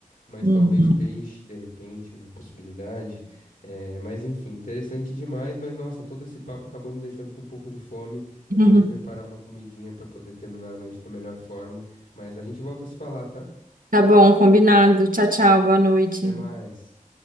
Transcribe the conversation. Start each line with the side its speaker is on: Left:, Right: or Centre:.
Left: mas
Right: Uhum.
Left: talvez peixe, de repente, uma possibilidade. É, mas enfim, interessante demais. Mas nossa, todo esse papo acabou me deixando com um pouco de fome. Eu
Right: Uhum.
Left: vou ali preparar uma comidinha pra poder terminar a noite da melhor forma. Mas a gente volta a se falar, tá?
Right: Tá bom, combinado. Tchau, tchau, boa noite.
Left: Até mais.